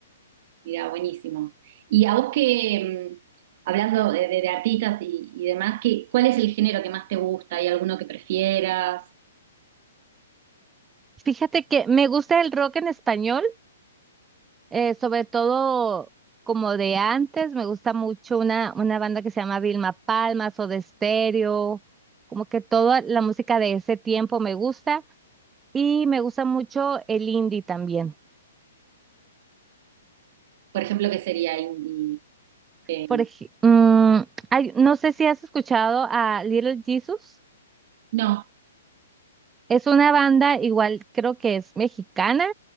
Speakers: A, on the right; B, on the right.
A: mira buenísimo. Y a vos que, mm, hablando de, de- de artistas y, y demás, ¿qué, cuál es el género que más te gusta? ¿Hay alguno que prefieras?
B: Fíjate que me gusta el rock en español, Eh, sobre todo como de antes, me gusta mucho una, una banda que se llama Vilma Palma, Soda Stereo, como que toda la música de ese tiempo me gusta y me gusta mucho el indie también.
A: Por ejemplo, ¿qué sería indie? Eh,
B: Por ej- mm, hay- no sé si has escuchado a Little Jesus,
A: no,
B: es una banda igual creo que es mexicana.